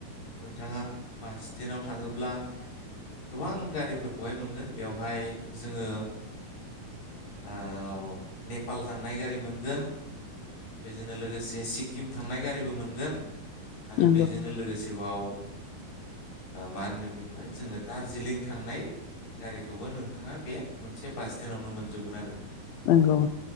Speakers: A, on the left (about 60°); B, on the left (about 75°).
A: नोंथाङा बास स्टेन्डआव थाङोब्ला गोबां गारिफोरखौहाय मोनगोन बेवहाय जोङो अ नेपाल थांनाय गारि मोनगोन बेजोंनो लोगोसे सिक्किम थांनाय गारिबो मोनगोन आरो
B: नंगौ
A: बेजोंनो
B: औ
A: लोगोसे बाव ओ मा होनगोन बेखौहाय जोङो दार्जिलिं थांनाय गारिखौबो नोंथाङा बे मोनसे बास स्टेन्डावनो मोनजोबगोन आरो।
B: नंगौ नंगौ